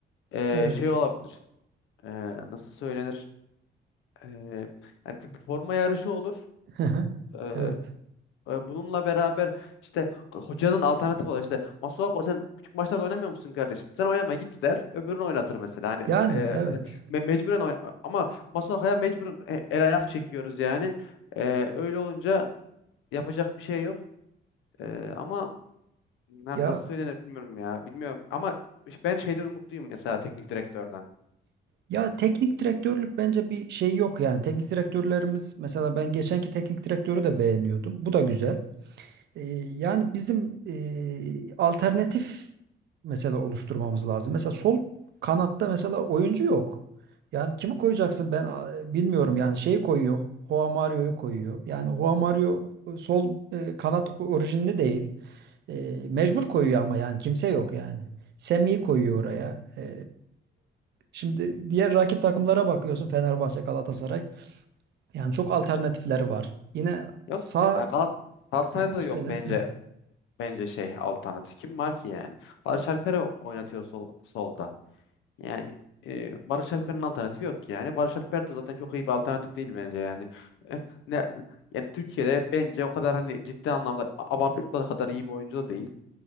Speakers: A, on the left; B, on the right.
A: ee,
B: evet.
A: şey olabilir. Ee, nasıl söylenir? Ee, yani bir bir forma yarışı olur.
B: <laughs>
A: e,
B: Evet.
A: E, Bununla beraber işte hocanın alternatifi var. İşte Masuako sen küçük maçlarda oynamıyor musun kardeşim? Sen oynama git der. Öbürünü oynatır mesela. Hani
B: Yani
A: e,
B: evet.
A: me- mecburen oy- ama Masuako'ya mecburen e- el ayak çekiyoruz yani. E, öyle olunca yapacak bir şey yok. E, ama yani
B: Ya
A: nasıl söylenir bilmiyorum ya. Bilmiyorum ama işte ben şeyden umutluyum mesela teknik direktörden.
B: ya teknik direktörlük bence bir şey yok yani. Teknik direktörlerimiz mesela ben geçenki teknik direktörü de beğeniyordum. Bu da güzel. E, yani bizim e, alternatif mesela oluşturmamız lazım. Mesela sol kanatta mesela oyuncu yok. Yani kimi koyacaksın ben e, bilmiyorum. Yani şeyi koyuyor. Joao Mario'yu koyuyor. Yani Joao Mario e, sol e, kanat orijinli değil. E, mecbur koyuyor ama yani kimse yok yani. Semih'i koyuyor oraya. E, şimdi diğer rakip takımlara bakıyorsun Fenerbahçe, Galatasaray. Yani çok alternatifleri var. Yine
A: Yok
B: sağ
A: ki. Ha, Gal- Galatasaray'da
B: Ha, söyle.
A: da yok bence bence şey alternatif. Kim var ki yani? Barış Alper'i oynatıyor sol, solda. Yani e, Barış Alper'in alternatifi yok yani. Barış Alper de zaten çok iyi bir alternatif değil bence yani. E, ne, yani Türkiye'de bence o kadar hani ciddi anlamda abartıldıkları kadar iyi bir oyuncu da değil.